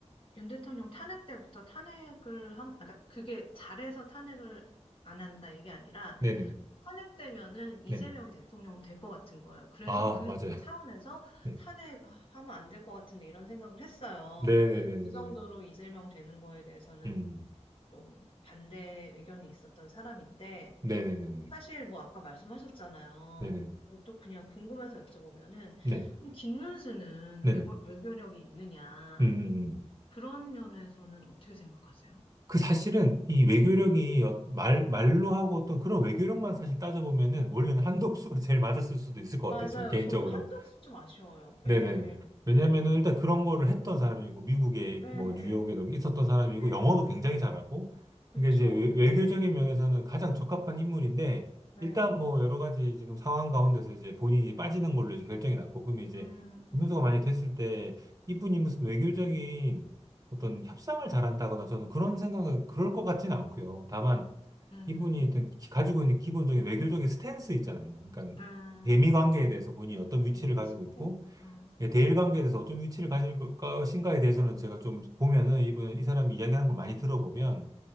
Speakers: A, on the left (about 50°); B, on the right (about 30°).
A: 윤 대통령 탄핵 때부터 탄핵을 함, 아, 그러니까 그게 잘해서 탄핵을 안 한다 이게 아니라
B: 네네네.
A: 탄핵되면은 이재명이
B: 네네.
A: 대통령 될 것 같은 거예요. 그래서
B: 아,
A: 그
B: 맞아요.
A: 차원에서
B: <laughs> 네.
A: 탄핵하면 안 될 것 같은데 이런 생각을 했어요.
B: 네네네네네.
A: 그 정도로 이재명 되는 거에 대해서는
B: 음.
A: 반대 의견이 있었던 사람인데
B: 네네네네.
A: 사실 뭐 아까 말씀하셨잖아요.
B: 네네.
A: 또 그냥 궁금해서 여쭤보면은
B: 네.
A: 그럼 김문수는
B: 네네.
A: 외고 외교력이 있느냐?
B: 음, 음, 음.
A: 그런 면에서는 어떻게 생각하세요?
B: 그 사실은 이 외교력이 어- 말, 말로 하고
A: 음.
B: 어떤 그런 외교력만 사실 따져보면은 원래는 한덕수가 제일 맞았을 수도 있을 것
A: 맞아요.
B: 같아요. 저 개인적으로.
A: 저도 한덕수 좀 아쉬워요.
B: 네네.
A: 예, 예,
B: 왜냐면은 일단 그런 거를 했던 사람이고, 미국에
A: 예,
B: 뭐 뉴욕에도 있었던 사람이고,
A: 네.
B: 영어도 굉장히 잘하고,
A: 그쵸.
B: 그러니까 이제 외- 외교적인
A: 네,
B: 면에서는 가장 적합한 인물인데,
A: 네.
B: 일단 뭐 여러 가지 지금 상황 가운데서 이제 본인이 빠지는 걸로 이제 결정이 났고, 그러면 이제
A: 음,
B: 김문수가
A: 음,
B: 만약에 됐을 때, 이분이 무슨 외교적인 어떤 협상을 잘한다거나 저는 그런 생각은 그럴 것 같지는 않고요. 다만,
A: 음.
B: 이분이 일단 기- 가지고 있는 기본적인 외교적인 스탠스 있잖아요. 그러니까
A: 아,
B: 대미 관계에 대해서 본인이 어떤
A: 그냥
B: 위치를 가지고
A: 스펙,
B: 있고,
A: 아,
B: 예, 대일
A: 음,
B: 관계에 대해서 어떤 위치를 가질 것인가에 대해서는 제가 좀 보면은 이분 이 사람이 이야기하는 걸 많이 들어보면